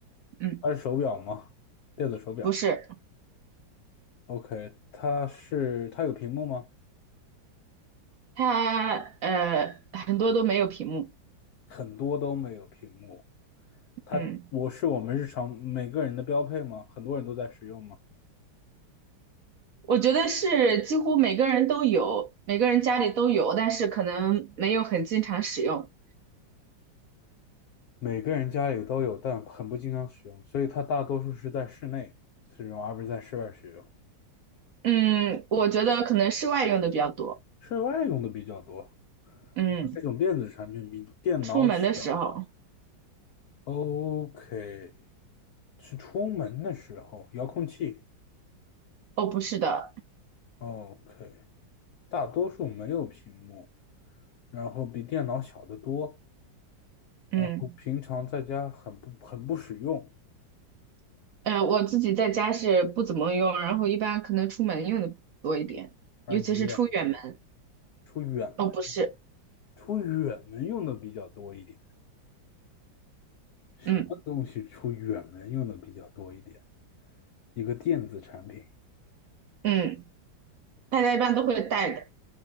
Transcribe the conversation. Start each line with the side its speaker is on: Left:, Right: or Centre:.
Right: 嗯，
Left: 它是手表吗？电子手表。
Right: 不是，
Left: OK，它是它有屏幕吗？
Right: 它呃很多都没有屏幕。
Left: 很多都没有屏幕。它我是我们日常每个人的标配吗？
Right: 嗯，
Left: 很多人都在使用吗？
Right: 我觉得是几乎每个人都有，每个人家里都有，但是可能没有很经常使用。
Left: 每个人家里都有，但很不经常使用，所以它大多数是在室内使用，而不是在室外使用。
Right: 嗯，我觉得可能室外用的比较多。
Left: 室外用的比较多。啊这种电子产品比电脑小。
Right: 嗯，出门的时候，
Left: OK，是出门的时候，遥控器。
Right: 哦，不是的，
Left: OK，大多数没有屏幕，然后比电脑小得多，
Right: 嗯，
Left: 然后平常在家很不很不使用。
Right: 呃，我自己在家是不怎么用，然后一般可能出门用的多一点，
Left: 耳机
Right: 尤其是出远门。
Left: 出远门，
Right: 哦，不是，
Left: 出远门用的比较多一点。什么东西出远门用的比较多一点？
Right: 嗯
Left: 一个电子产品，
Right: 嗯。大家一般都会带的。